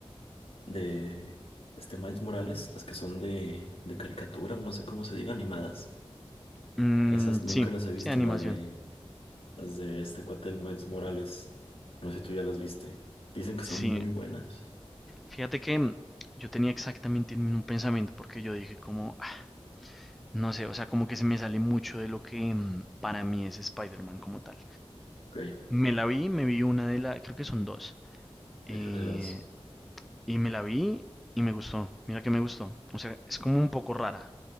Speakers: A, on the left; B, in the centre.
A: de este Miles Morales, las que son de, de caricatura, o no sé cómo se diga, animadas.
B: Mm,
A: Esas nunca
B: sí,
A: las he visto,
B: sí, animación.
A: la de, las de este cuate del Miles Morales. No sé si tú ya las viste. Dicen que
B: Sí.
A: son muy buenas.
B: Fíjate que mm, yo tenía exactamente el mismo pensamiento porque yo dije como, "Ah, no sé, o sea, como que se me sale mucho de lo que mm, para mí es Spider-Man como tal.
A: Ok,
B: Me la vi, me vi una de las, creo que son dos. eh,
A: yo creo que hay dos.
B: y me la vi y me gustó. Mira que me gustó. O sea, es como un poco rara